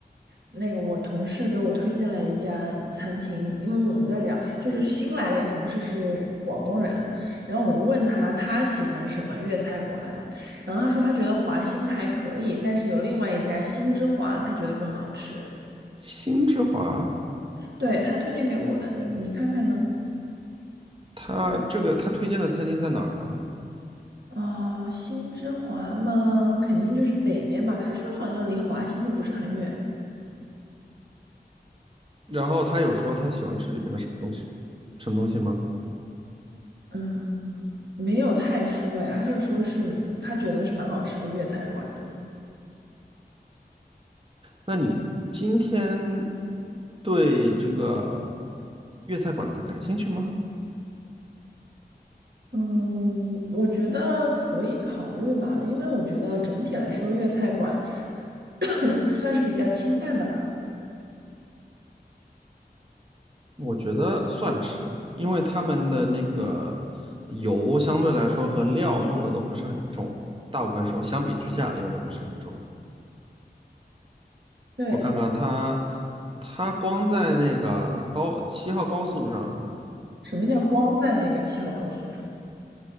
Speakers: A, on the right; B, on the right.
A: 那个我同事给我推荐了一家餐厅，因为我们在聊，就是新来了一个同事是广东人，然后我就问他他喜欢什么粤菜馆，然后他说他觉得华兴还可以，但是有另外一家新之华，他觉得更好吃。
B: 星之华，
A: 对，他推荐给我的，你你看看呢？
B: 他这个他推荐的餐厅在哪儿呢？
A: 啊、新之华吗？肯定就是北边吧。他说好像离华新就不是很远，
B: 然后他有说他喜欢吃里面的什么东西，什么东西吗？
A: 嗯，没有太说哎，他就说是他觉得是蛮好吃的粤菜馆子。
B: 那你今天对这个粤菜馆子感兴趣吗？
A: 嗯，我觉得可以考虑吧，因为我觉得整体来说粤菜馆 <coughs> 算是比较清淡的吧。
B: 我觉得算是，因为他们的那个油相对来说和料用的都不是很重，大部分时候相比之下用的不是很重。
A: 对，
B: 我看看他，他光在那个高七号高速上，
A: 什么叫光在那个七号高速上？